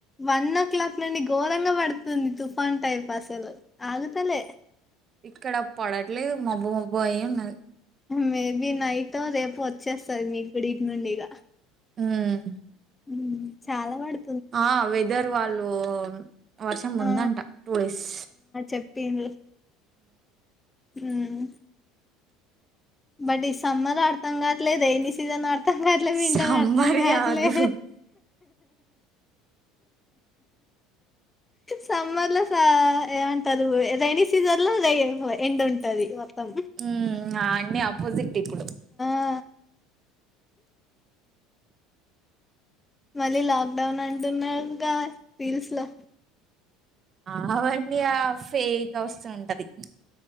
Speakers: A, on the left; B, on the right.
A: వన్ క్లాక్ నుండి ఘోరంగా పడుతుంది తుఫాన్ టైప్ అసలు ఆగుతలే
B: ఇక్కడ పడట్లేదు మబ్బు మబ్బు అయి ఉన్నది
A: మేబి నైటో రేపు వచ్చేస్తది మీకు కూడా ఇటునుండి ఇగ
B: ఉహూ
A: హ్మ్ చాలా వాడు
B: ఆ వెదర్ వాళ్ళు వర్షం ముందంట
A: ఆ
B: టూ డేస్
A: <unintelligible> ఉమ్ బట్ ఈ సమ్మర్ అర్థం కావట్లేదు రైనీ సి సీజనో అర్థం కావట్లేదు వింటారా
B: సమ్మర్
A: అర్థం కావట్లే
B: కాదు
A: సమ్మర్ లో స ఏమంటారు రెైనీ సీజన్ లో రా ఎండ్ ఉంటది మొత్తం
B: ఉమ్ ఆ అన్నీ ఆపోజిట్ ఇప్పుడు
A: ఆ మళ్ళీ లాక్ డౌన్ అంటున్నారు ఇంకా రీల్స్ లా
B: ఆవండియా ఫేక్ వస్తూ ఉంటది